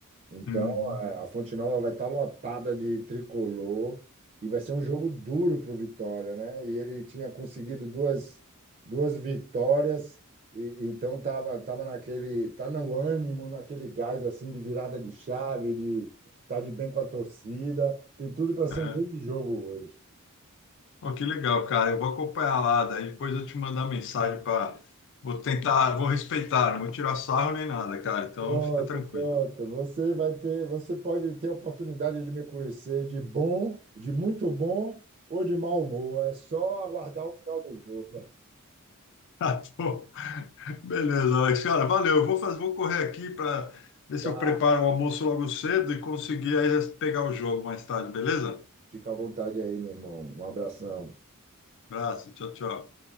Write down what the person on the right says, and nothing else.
Então
a, a Fonte Nova vai estar lotada de tricolor e vai ser um jogo duro para o Vitória, né? E ele tinha conseguido duas, duas vitórias. E, então tava tava naquele tá no ânimo naquele gás assim de virada de chave de tá de bem com a torcida tem tudo para ser
um grande jogo hoje
Pronto,
pronto.
Você vai ter, você pode ter a oportunidade de me conhecer de bom, de muito bom ou de mau humor. É só aguardar o final do jogo.
Tá.
Fica à vontade aí, meu irmão. Um abração.